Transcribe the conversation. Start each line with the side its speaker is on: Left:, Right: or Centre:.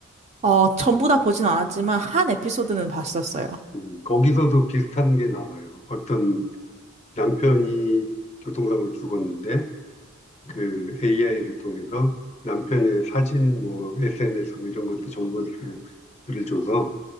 Right: 어, 전부 다 보진 않았지만, 한 에피소드는 봤었어요.
Left: 음, 거기서도 비슷한 게 나와요. 어떤 남편이 교통사고로 죽었는데 그 AI를 통해서 남편의 사진, 뭐 SNS 뭐 이런 것도 정보들을 줘서